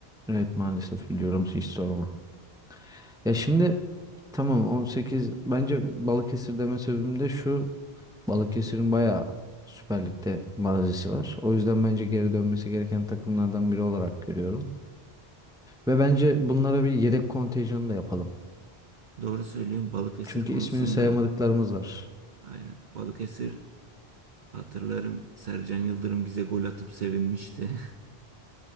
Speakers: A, in the centre; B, on the right.
A: Evet maalesef biliyorum hiç sorma. Ya şimdi tamam on sekiz bence Balıkesir deme sebebim de şu Balıkesir'in bayağı Süper Lig'de mazisi var. O yüzden bence geri dönmesi gereken takımlardan biri olarak görüyorum. Ve bence bunlara bir yedek kontenjanı da yapalım.
B: <laughs> Doğru söylüyorum Balıkesir
A: Çünkü
B: konusunda.
A: ismini sayamadıklarımız var.
B: Aynen. Balıkesir hatırlarım Sercan Yıldırım bize gol atıp sevinmişti. <laughs>